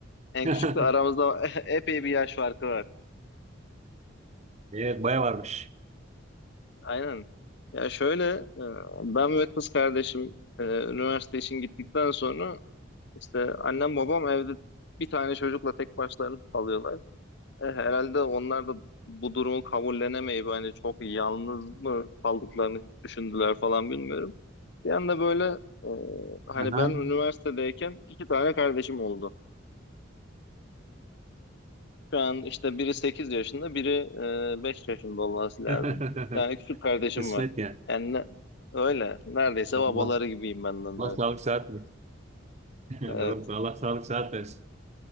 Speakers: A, on the left; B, on the right.
A: En
B: <laughs>
A: küçükle aramızda <laughs> epey bir yaş farkı var.
B: Evet, baya varmış.
A: Aynen. Ya şöyle e, ben ve kız kardeşim e, üniversite için gittikten sonra işte annem babam evde bir tane çocukla tek başlarına kalıyorlar. E, herhalde onlar da bu durumu kabullenemeyip hani çok yalnız mı kaldıklarını düşündüler falan bilmiyorum. Bir anda böyle e, hani
B: Aha.
A: ben üniversitedeyken iki tane kardeşim oldu. Şu an işte biri 8 yaşında, biri e, 5 yaşında olması lazım.
B: <laughs>
A: İki tane küçük kardeşim
B: Kısmet
A: var.
B: ya.
A: Yani ne- öyle. Neredeyse
B: Allah,
A: babaları gibiyim ben de onların.
B: Allah sağlık sıhhat versin. <laughs> Doğru.
A: Evet.
B: Allah sağlık sıhhat versin.